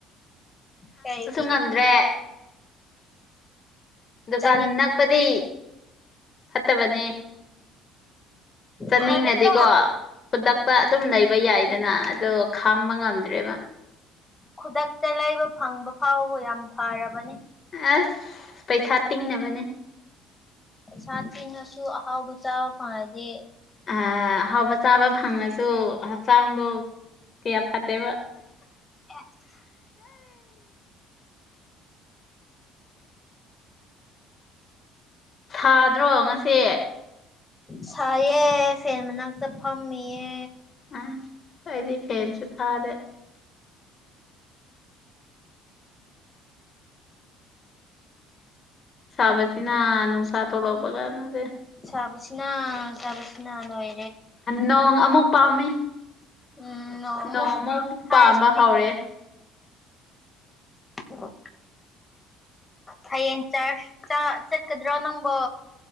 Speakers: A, on the left (about 20°); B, on the left (about 40°).
A: ꯀꯒꯤ
B: ꯉꯝꯗ꯭ꯔꯦ ꯗꯨꯀꯥꯟ
A: ꯆꯅꯤꯦ
B: ꯅꯛꯄꯗꯤ ꯐꯠꯇꯕꯅꯦ ꯆꯠꯅꯤꯡꯅꯗꯤꯦꯀꯣ
A: ꯐꯔꯦꯗ
B: ꯈꯨꯗꯛꯇ ꯑꯗꯨꯝ ꯂꯩꯕ ꯌꯥꯏꯗꯅ ꯑꯗꯣ ꯈꯥꯡꯕ ꯉꯝꯗ꯭ꯔꯦꯕ
A: ꯈꯨꯗꯛꯇ ꯂꯩꯕ ꯐꯪꯕ ꯐꯥꯎꯕ ꯌꯥꯝ ꯐꯔꯕꯅꯤ
B: ꯑꯁ ꯄꯩꯁꯥ ꯇꯤꯡꯅꯕꯅꯦ
A: ꯄꯩꯁꯥ ꯇꯤꯟꯅꯁꯨ ꯑꯍꯥꯎꯕ ꯆꯥꯕ ꯐꯥꯔꯗꯤꯦ
B: ꯑꯍꯥꯎꯕ ꯆꯥꯕ ꯐꯪꯉꯁꯨ ꯍꯛꯆꯥꯡꯗꯣ ꯀꯌꯥ ꯐꯠꯇꯦꯕ
A: ꯑꯦ
B: ꯊꯥꯗ꯭ꯔꯣ ꯉꯁꯦ
A: ꯁꯌꯦꯦ ꯐꯦꯟ ꯃꯅꯥꯛꯇ ꯐꯝꯃꯤꯌꯦ
B: ꯑ ꯍꯥꯏꯗꯤ ꯐꯦꯟꯁꯨ ꯊꯥꯗꯦ ꯁꯥꯕꯁꯤꯅ ꯅꯨꯡꯁꯥ ꯊꯣꯛꯂꯛꯄ ꯀꯥꯟꯅꯗꯦ
A: ꯆꯕꯁꯤꯅ ꯆꯕꯁꯤꯅ ꯅꯣꯏ
B: ꯅꯣꯡ ꯑꯃꯨꯛ ꯄꯥꯝꯃꯤ
A: ꯎꯝꯁꯤ
B: ꯅꯣꯡꯃꯨꯛ ꯄꯥꯝꯕ ꯍꯧꯔꯦ
A: ꯎ ꯍꯌꯦꯡ ꯆ ꯆꯠꯀꯗ꯭ꯔꯣ ꯅꯪꯕꯣ